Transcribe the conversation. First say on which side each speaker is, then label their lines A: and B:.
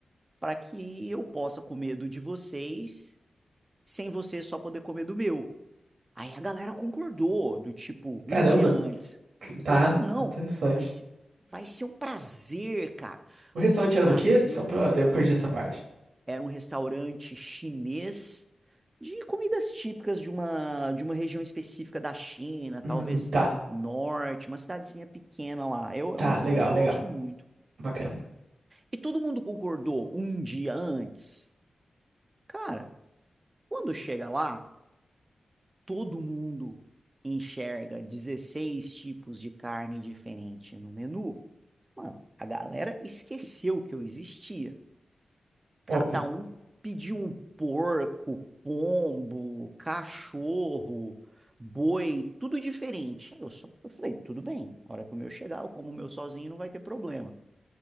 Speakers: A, on the right; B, on the right.
A: para que eu possa comer do de vocês, sem vocês só poder comer do meu. Aí a galera concordou, do tipo,
B: Caramba,
A: um dia antes.
B: que-
A: Concordou,
B: tá,
A: falou, não,
B: interessante.
A: vai ser, vai ser um prazer, cara.
B: O restaurante
A: Vai ser um
B: era
A: prazer.
B: do quê? Só pra. Eu perdi essa parte.
A: Era um restaurante chinês de comidas típicas de uma, de uma região específica da China,
B: Hum,
A: talvez
B: tá,
A: norte, uma cidadezinha pequena lá. Eu,
B: tá,
A: é um restaurante
B: legal,
A: que
B: legal.
A: eu gosto muito.
B: Bacana.
A: E todo mundo concordou um dia antes. Cara, quando chega lá, todo mundo enxerga 16 tipos de carne diferente no menu, mano, a galera esqueceu que eu existia.
B: Óbvio.
A: Cada um pediu um porco, pombo, cachorro, boi, tudo diferente. Aí Eu só eu falei, tudo bem, a hora que o meu chegar, eu como o meu sozinho, não vai ter problema.